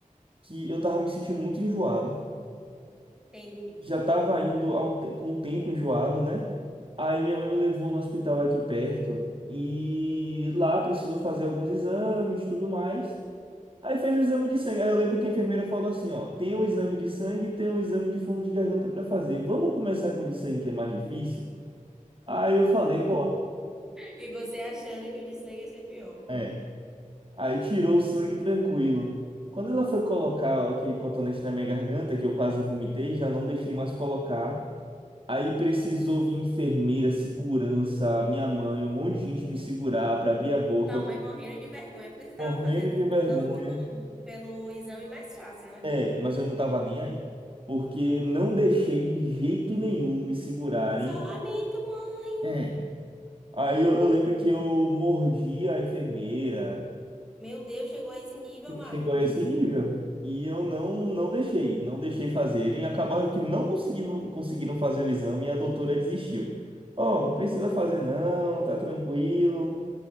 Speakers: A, on the right (about 40°); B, in the centre.
A: que eu tava me sentindo muito enjoado.
B: Entendi.
A: já estava indo há um te- com um tempo enjoado, né? Aí minha mãe me levou no hospital aqui perto e lá precisou fazer alguns exames, e tudo mais. Aí fez o exame de sangue. Aí eu lembro que a enfermeira falou assim, ó, tem o exame de sangue e tem o exame de fundo de garganta para fazer. Vamos começar com o de sangue que é mais difícil? Aí eu falei, bora.
B: E você achando que o de sangue ia ser pior.
A: É. Aí tirou o sangue tranquilo. Quando ela foi colocar aquele cotonete na minha garganta, que eu quase vomitei, já não deixei mais colocar. Aí precisou vir enfermeira, segurança, minha mãe, um monte de gente me segurar para abrir a boca,
B: Sua
A: eu
B: mãe morrendo de vergonha porque você tava
A: morrendo
B: fazendo
A: de
B: escândalo
A: vergonha.
B: pelo, pelo exame mais fácil, né?
A: É, mas eu não tava nem aí. Porque não deixei de jeito nenhum me segurarem.
B: Só lamento, mãe.
A: É. Aí eu, eu lembro que eu mordi a enfermeira,
B: Meu Deus, chegou a esse nível, Marcos.
A: chegou a esse nível. E eu não, não deixei, não deixei fazerem. Acabaram que não conseguindo, conseguiram fazer o exame e a doutora desistiu. Ó, não precisa fazer não, tá tranquilo.